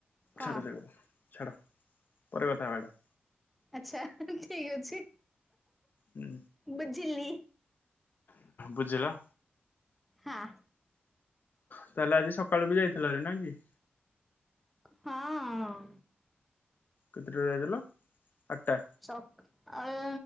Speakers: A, in the centre; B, on the left (about 50°).
A: କଣ
B: ଛାଡ
A: -
B: ସେକଥା ଛାଡ ପରେ କଥା ହେବା ଏଟା।
A: ଆଛା ଠିକ ଅଛି
B: ହୁଁ।
A: ବୁଝିଲି।
B: ବୁଝିଲ।
A: ହଁ।
B: ତାହେଲେ ଆଜି ସକାଳୁ ବି ଯାଇଥିଲ ଆରି ନା କି -
A: ହଁ ଆଁ
B: କେତେଟାରେ ଯାଇଥିଲ ଆଟ୍ଟା।
A: ସକାଳେ